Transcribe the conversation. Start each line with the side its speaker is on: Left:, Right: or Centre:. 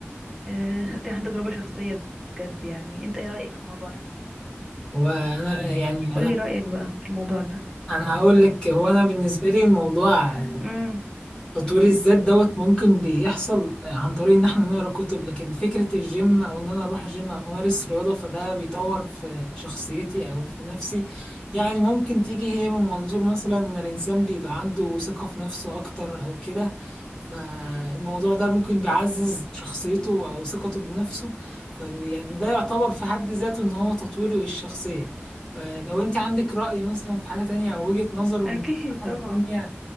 Centre: آه <laughs> دي عندي تجربة شخصية بجد يعني انت ايه رأيك في الموضوع ده
Left: هو أنا يعني
Centre: قولي
Left: أنا
Centre: رأيك بقى في الموضوع ده
Left: أنا هقول لك هو أنا بالنسبة لي الموضوع
Centre: امم
Left: تطوير الذات دوت ممكن بيحصل عن طريق ان احنا نقرا كتب لكن فكرة الجيم او ان انا اروح الجيم او امارس رياضة فده بيطور في شخصيتي او في نفسي يعني ممكن تيجي هي من منظور مثلا ان الانسان بيبقى عنده ثقة في نفسه اكتر او كده فالموضوع ده ممكن بيعزز شخصيته او ثقته بنفسه فيعني ده يعتبر في حد ذاته ان هو تطوير للشخصية آه، لو انت عندك رأي مثلا في حاجة تانية او وجهة نظر
Centre: اكيد
Left: من الناحية
Centre: طبعا
Left: التانية